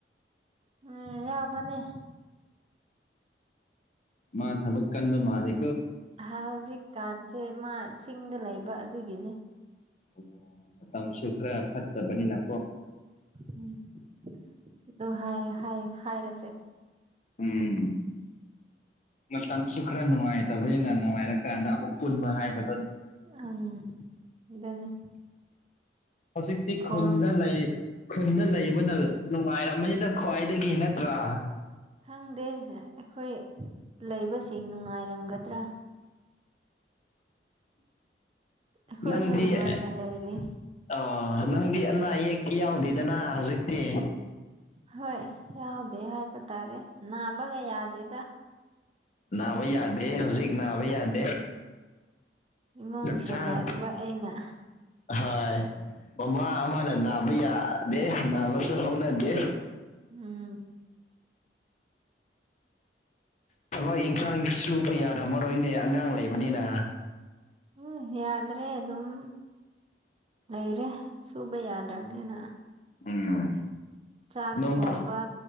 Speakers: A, on the right; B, on the left.
A: ꯎꯝ ꯌꯥꯕꯅꯦ
B: ꯃꯥ ꯊꯕꯛ ꯀꯟꯕ ꯃꯥꯜꯂꯤ
A: ꯍꯧꯖꯤꯛꯀꯥꯟꯁꯦ ꯃꯥ ꯆꯤꯡꯗ ꯂꯩꯕ ꯑꯗꯨꯒꯤꯅꯤ
B: ꯑꯣ ꯃꯇꯝꯁꯨꯨ ꯈ꯭ꯔ ꯐꯠꯇꯕꯅ
A: ꯎꯝ ꯑꯗꯨ ꯍꯥꯏ ꯍꯥꯢ ꯍꯥꯏꯔꯁꯦ
B: ꯎꯝ ꯃꯇꯝꯁꯨ ꯈꯔ ꯅꯨꯡꯉꯥꯏꯇꯕꯩꯅ ꯅꯨꯡꯉꯥꯏꯔꯀꯥꯟꯗ ꯑꯃꯨꯛ ꯄꯨꯟꯕ ꯍꯥꯏꯕ
A: ꯑꯪ ꯑꯗꯨꯅꯤ
B: ꯍꯧꯖꯤꯛꯇꯤ
A: ꯐꯣꯟ
B: ꯈꯨꯟꯗ ꯂꯩꯏ ꯈꯨꯟꯗ ꯂꯩꯕꯅ ꯅꯨꯡꯉꯥꯏꯔꯝꯃꯅꯤꯗ ꯈ꯭ꯋꯥꯏꯗꯒꯤ ꯅꯠꯇ꯭ꯔꯥ
A: ꯈꯪꯗꯦ ꯑꯩꯈꯣꯏ ꯂꯩꯕꯁꯤꯡ ꯅꯨꯡꯉꯥꯏꯔꯝꯒꯗ꯭ꯔꯥ ꯑꯩꯈꯣꯏꯁꯨ
B: ꯅꯪꯗꯤ
A: ꯅꯨꯡꯉꯥꯏꯅ
B: ꯑꯣ <unintelligible>
A: ꯂꯩꯔꯤ
B: ꯅꯪꯗꯤ ꯑꯅꯥ ꯑꯌꯦꯛꯇꯤ ꯌꯥꯎꯗꯦꯗꯅꯥ ꯍꯧꯖꯤꯛꯇꯤ
A: ꯍꯣꯏ ꯌꯥꯎꯗꯦ ꯍꯥꯏꯕ ꯇꯥꯔꯦ ꯅꯥꯕꯒ ꯌꯥꯗꯦꯗ
B: ꯅꯥꯕ ꯌꯥꯗꯦ ꯍꯧꯖꯤꯛ ꯅꯥꯕ ꯌꯥꯗꯦ
A: ꯏꯃꯨꯡ
B: ꯍꯛꯆꯥꯡ
A: ꯁꯦꯟꯅꯔꯤꯕ ꯑꯩꯅ
B: ꯍꯣꯏ ꯃꯃꯥ ꯑꯃꯅ ꯅꯥꯕ ꯌꯥꯗꯦ ꯅꯥꯕꯁꯨ ꯍꯧꯅꯗꯦ
A: ꯎꯝ
B: ꯊꯕꯛ ꯏꯟꯈꯥꯡ ꯁꯨꯕ ꯌꯥꯔꯝꯃꯔꯣꯏꯅꯦ ꯑꯉꯥꯡ ꯂꯩꯕꯅꯤꯅ
A: ꯎꯝ ꯌꯥꯗ꯭ꯔꯦ ꯑꯗꯨꯝ ꯂꯩꯔꯦ ꯁꯨꯕ ꯌꯥꯗ꯭ꯔꯝꯅꯤꯅ
B: ꯎꯝ
A: ꯆꯥꯛ
B: ꯅꯣꯡ
A: ꯊꯣꯡꯕ